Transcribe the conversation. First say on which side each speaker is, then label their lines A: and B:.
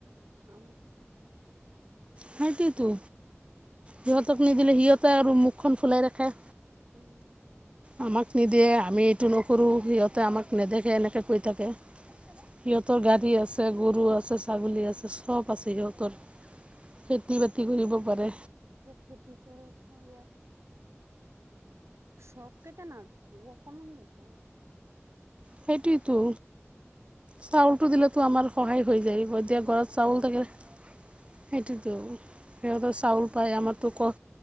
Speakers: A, on the right; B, on the right.
A: আম
B: সেইটোৱেটো। সিহঁতক নিদিলে সিহঁতে আৰু মুখখন ফুলাই ৰাখে।
A: কম
B: আমাক নিদিয়ে, আমি এইটো নকৰো, সিহঁতে আমাক নেদেখে, এনেকে কৈ থাকে। সিহঁতৰ গাড়ী আছে গৰু আছে ছাগলী আছে সব আছে সিহঁতৰ খেতি বাতি কৰিব পাৰে
A: যে খেতি কৰে কৰি চব কেইটা ন দেখ কমন দক
B: সেইটোৱতো চাউলটো দিলেতো আমাৰ সহায় হৈ যায় এতিয়া
A: বহুত
B: ঘৰত চাউল
A: সহায়
B: থাকে
A: হয়
B: সেইটোতো সিহতৰ চাউল পায় আমাৰতো ক